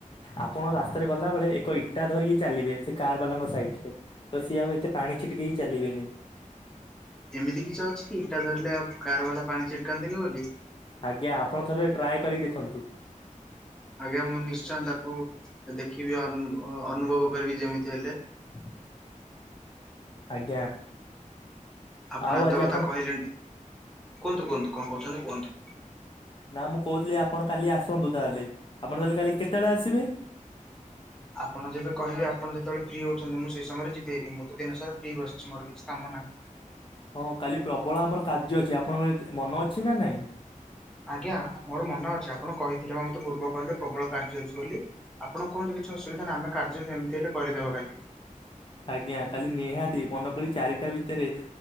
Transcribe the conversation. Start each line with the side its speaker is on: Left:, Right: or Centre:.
Left: ଆପଣ ରାସ୍ତାରେ ଗଲା ବେଳେ ଏକ ଇଟା ଧରିକି ଚାଲିବେ ସେ କାର ବାଲାଙ୍କ ସାଇଡ୍ ରେ ତ ସିଏ ଆଉ ଏତେ ପାଣି ଛିଟିକେଇ ଚାଲିବେନି।
Centre: ଏମିତି କିଛି ଅଛି କି ଇଟା ଧରିଲେ ଆଉ କାର ବାଲା ପାଣି ଛିଟକାନ୍ତିନି ବୋଲି।
Left: ଆଜ୍ଞା ଆପଣ ଥରେ ଟ୍ରାଏ କରିକି ଦେଖନ୍ତୁ।
Centre: ଆଜ୍ଞା ମୁଁ ନିଶ୍ଚୟ ତାକୁ ଦେଖିବି ଅନୁ ଅନୁଭବ କରିବି ଯେମିତି ହେଲେ।
Left: ଠ ଆଜ୍ଞା।
Centre: ଆପଣ
Left: ଆଉ
Centre: ଏତେ
Left: ଆଜି
Centre: କଥା କହିଲେଣି କୁହନ୍ତୁ କୁହନ୍ତୁ କଣ କହୁଚନ୍ତି କୁହନ୍ତୁ।
Left: ନା ମୁଁ କହୁଥିଲି ଆପଣ କାଲି ଆସନ୍ତୁ ତାହେଲେ ଆପଣ ତାହେଲେ କାଲି କେତେବେଳେ ଆସିବେ?
Centre: ଆପଣ ଯେବେ କହିବେ ଆପଣ ଯେତେବେଳେ ଫ୍ରି ହଉଚନ୍ତି ମୁଁ ସେଇ ସମୟରେ ଯିବି ହାରି ମୁଁ ତ ଦିନସାରା ଫ୍ରି ବସିଛି ମୋର କିଛି କାମ ନାହିଁ।
Left: ହଁ କାଲି ପ୍ରବଳ ଆମର କାର୍ଯ୍ୟ ଅଛି ଆପଣଙ୍କର ଏତ ମନ ଅଛି ନା ନାଇଁ?
Centre: ଆଜ୍ଞା ମୋର ମନେ ଅଛି ଆପଣ କହିଥିଲେ ବା ମତେ ପୂର୍ବ କଲ ରେ ପ୍ରବଳ କାର୍ଯ୍ୟ ଅଛି ବୋଲି ଆପଣ କୁହନ୍ତୁ କିଛି ଅସୁବିଧା ନାହିଁ ଆମେ କାର୍ଯ୍ୟ ଯେମିତି ହେଲେ କରିଦବା କାଲି।
Left: ଆଜ୍ଞା କାଲି ନିହାତି ମାନେକରି ଚାରିଟା ଭିତେରେ